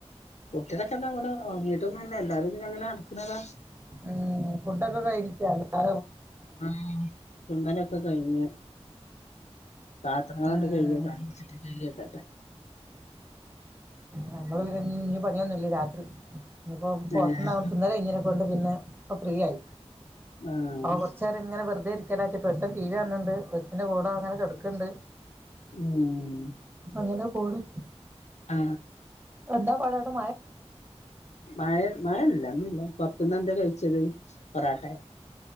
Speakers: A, on the left; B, on the right.
A: കുട്ടികളൊക്കെ എന്താ ഇവിടെ ഉറങ്ങീട്ടൊന്നുല്ല എല്ലാരും ഇതിലെ അങ്ങനെ നടക്കണതാ
B: ഉം ഫുഡൊക്കെ കൈച്ചോ ആ
A: ആ തിന്നലൊക്കെ കഴിഞ്ഞു പാത്രങ്ങള്ണ്ട്
B: ഉം
A: കഴുകിവെക്കാൻ കഴിക്കിവെക്കട്ടെ
B: ഞമ്മള് പിന്നെ ഇനി പണിയൊന്നുല്ല രാത്രി ഇനിയിപ്പോ പൊറത്തുന്ന്
A: ഏഹ്
B: അങ്ങ് തിന്നല് കഴിഞ്ഞേനെ കൊണ്ട് പിന്നെ ഇപ്പോ ഫ്രീ ആയി
A: ആഹ്
B: അപ്പോ കൊറച്ച് നേരം ഇങ്ങനെ വെറുതെ ഇരിക്ക് <unintelligible> ഒരുത്തൻ ടി വി കാണണ്ട് ഒരുത്തന് ഫോൺ അങ്ങനെ കെടക്കണ്ട്
A: ഉം
B: അങ്ങനെ പോണ്
A: ആ
B: എന്താ വളടം
A: മഴ മഴല്ല ഒന്നുല്ലപ്പം ഇന്നെന്താ കഴിച്ചത് പൊറോട്ടെ